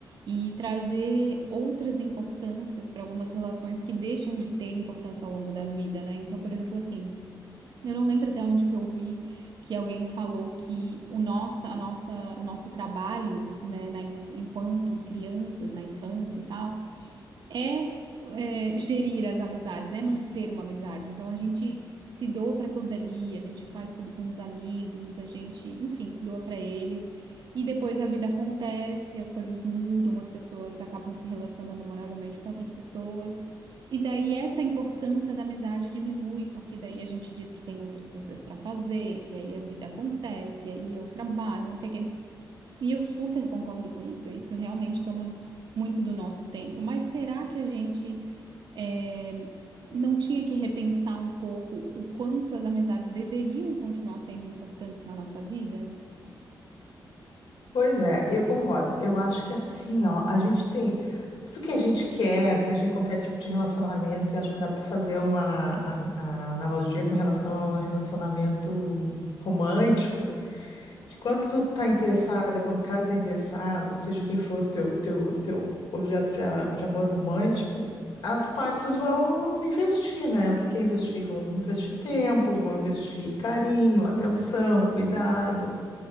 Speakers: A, on the right; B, on the left.
A: e trazer outras importâncias para algumas relações que deixam de ter importância ao longo da vida, né? Então, por exemplo, assim, eu não lembro até onde que eu vi que alguém falou que o nosso, a nossa, o nosso trabalho, né, na, inf- enquanto crianças, na infância e tal é, é, gerir as amizades, é manter uma amizade. Então a gente se doa para aquilo dali, a gente faz tudo com os amigos, a gente, enfim, se doa para eles. E depois a vida acontece, as coisas mudam, as pessoas acabam se relacionando amorosamente com outras pessoas. E daí essa importância da amizade diminui, porque daí a gente diz que tem outras coisas para fazer, que aí a vida acontece, aí eu trabalho, não sei o quê. E eu super concordo com isso. Isso realmente toma muito do nosso tempo. Mas será que a gente eh, não tinha que repensar um pouco o quanto as amizades deveriam continuar sendo importantes na nossa vida?
B: Pois é, eu concordo. Eu acho que assim, ó, a gente tem tudo que a gente quer, seja em qualquer tipo de relacionamento, e acho que dá para fazer uma a- a analogia com relação ao relacionamento romântico, que quando tu tá interessada, quando o cara tá interessado, seja quem for teu teu teu objeto de, a- de amor romântico, as partes vão investir, né? O que que é investir? Vão investir tempo, vão investir carinho, atenção, cuidado.